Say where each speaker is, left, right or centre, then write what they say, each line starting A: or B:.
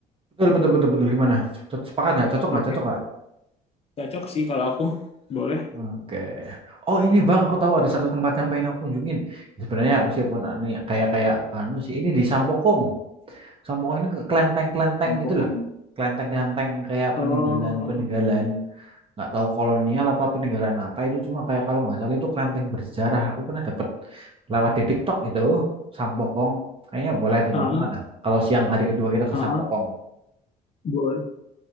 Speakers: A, on the right; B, on the left.
A: Betul, betul, betul, betul. Gimana? Cocok- Sepakat nggak? Cocok
B: Oke.
A: nggak? Cocok nggak?
B: Cocok sih kalau aku. Boleh.
A: Oke. Oh ini bang, aku tahu ada satu tempat yang pengen aku kunjungin. Sebenarnya meskipun aneh, kayak kayak anu sih, ini di Sampokong. Sampokong ini ke kelenteng-kelenteng
B: Kampung.
A: gitu loh. Kelenteng-kelenteng kayak
B: Oh,
A: peninggalan-peninggalan. Nggak tahu kolonial apa peninggalan apa itu. Cuma kayak kalau nggak salah itu kelenteng bersejarah. Aku pernah dapat lewat di TikTok itu Sampokong. Kayaknya boleh tuh
B: ah,
A: bang. Gimana? Kalau siang hari kedua kita
B: ah,
A: ke Sampokong.
B: ah, boleh.